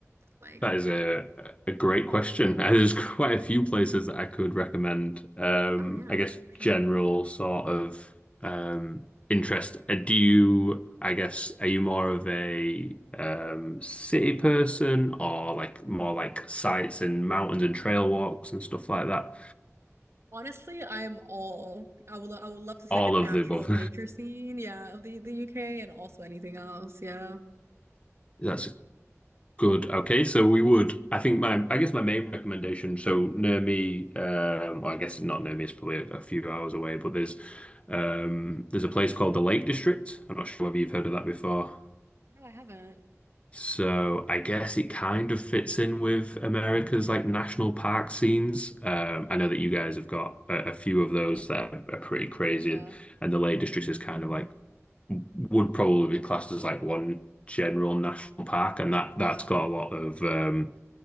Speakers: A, on the right; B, on the left.
A: Like,
B: That is a a great question. <laughs> There's quite a few places that I could recommend. Um,
A: oh yeah,
B: I guess
A: for sure.
B: general sort of um, interest. Uh, Do you, I guess, are you more of a um, city person or like more like sites and mountains and trail walks and stuff like that?
A: Honestly, I'm all I would lo- I would love to see
B: All
A: like the natural,
B: of the above.
A: the nature scene, yeah, of the the UK, and also anything else. Yeah.
B: <laughs> That's Good. Okay, so we would. I think my, I guess my main recommendation. So near me, um, well, I guess not near me It's probably a, a few hours away, but there's, um, there's a place called the Lake District. I'm not sure whether you've heard of that before.
A: No, I haven't.
B: So I guess it kind of fits in with America's like national park scenes. Um, I know that you guys
A: Mm,
B: have got a, a few of those that are, are pretty crazy,
A: Yeah.
B: and, and the Lake District is kind of like would probably be classed as like one general national park, and that that's got a lot of um